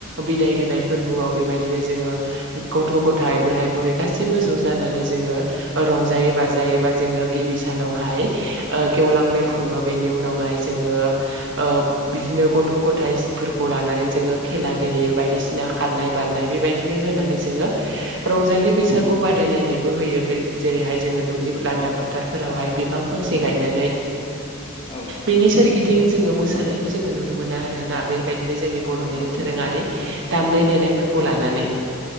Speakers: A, on the right (about 60°); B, on the left (about 25°).
A: बिदाय होनाय फोरबोआव बेबायदिनो जोङो गथ' गथाइ बोराय बुरै गासैबो ज' जानानै जों ङो रंजायो बाजायोबा जोङो गिबि सानावहाय ओ गेवलां मेल
B: औ
A: खुङो बेनि उनावहाय जोङो ओ बिदिनो ग थ' गथाइफोरखौ लानानै जोङो खेला गेलेयो बायदिसिना खारनाय बारनाय बेबायदिनो होनानै जोङो रंजालि बैसागु बादायलायनायबो होयो बे जेरैहाय जोङो दुब्लि लांदां
B: औ
A: फोथारफोरावहाय बिफां फांसे गायनानै
B: औ
A: बेनि सोरगिदिं जोङो मोसानायखौ जोङो नुनो मोना आरोना बेबायदिनो जोंनि बर'निनो
B: औ
A: दोरोङारि दामनाय देनायफोरखौ लानानै